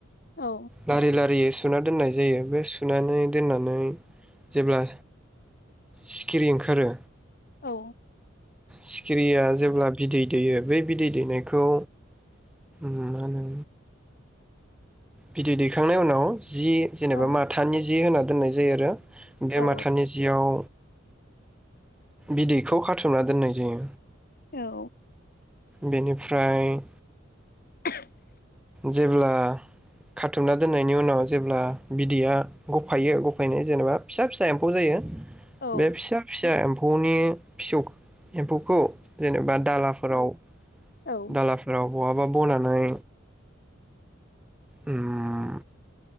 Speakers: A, on the left (about 50°); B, in the centre.
A: औ
B: लारि लारियै सुना दोननाय जायो बे सुनानै दोननानै जेब्ला सिखिरि ओंखारो
A: औ
B: सिखिरिया जेब्ला बिदै दैयो बै बिदै दैनायखौ मा होनो बिदै दैखांनाय उनाव जि जेनेबा
A: औ
B: माथानि जि होनानै दोननाय जायो आरो बे
A: औ
B: माथानि जिआव बिदैखौ खाथुमना दोननाय जायो।
A: औ
B: बेनिफ्राय
A: <inaudible>
B: जेब्ला खाथुमना दोननायनि उनाव जेब्ला बिदैया गफायो गफायनाय जेनेबा फिसा फिसा एम्फौ जायो
A: औ
B: बे फिसा फिसा एम्फ फौनि फिसौ एम्फौखौ जेनेबा दालाफोराव
A: औ
B: दालाफोराव बहाबा बनानै उम